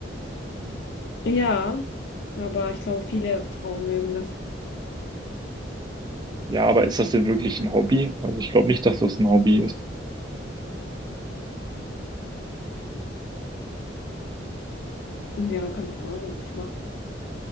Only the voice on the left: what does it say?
Ja, aber ich glaube, viele Frauen mögen das.
Ja, keine Ahnung, ich mag das.